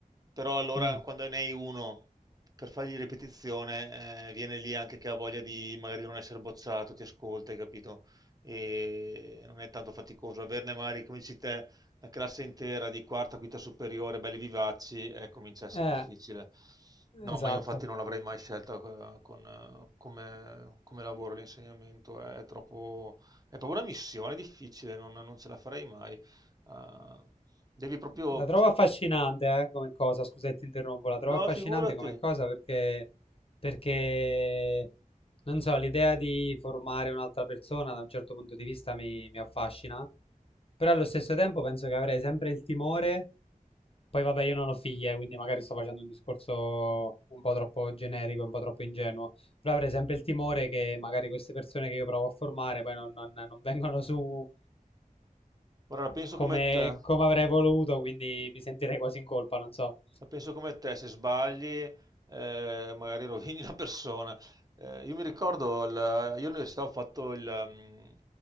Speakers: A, on the right; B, on the left.
A: però allora
B: Mm.
A: quando ne hai uno per fargli ripetizione eh, viene lì anche che ha voglia di magari non essere bocciato, ti ascolta, hai capito? E non è tanto faticoso. Averne magari, come dici te, la classe intera di quarta, quinta superiore, belli vivaci, eh, comincia a essere
B: Eh,
A: difficile. No,
B: esatto.
A: ma io infatti non l'avrei mai scelta eh, con, eh, come, come lavoro l'insegnamento, è troppo, è proprio una missione difficile, non, non ce la farei mai. Ah, devi proprio...
B: La trovo affascinante, eh, come cosa, scusa se ti interrompo, la trovo
A: No,
B: affascinante
A: figurati,
B: come cosa perché, perché, non so, l'idea di formare un'altra persona da un certo punto di vista mi, mi affascina, però allo stesso tempo penso che avrei sempre il timore, poi vabbè io non ho figlie, quindi magari sto facendo un discorso un po' troppo generico, un po' troppo ingenuo, però avrei sempre il timore che magari queste persone che io provo a formare poi non, non non vengono su
A: ora la penso
B: come,
A: come te.
B: come avrei voluto, quindi mi sentirei quasi in colpa, non so.
A: La penso come te, se sbagli, eh, magari rovini la persona. Eh, io mi ricordo, la- io all'università ho fatto il um,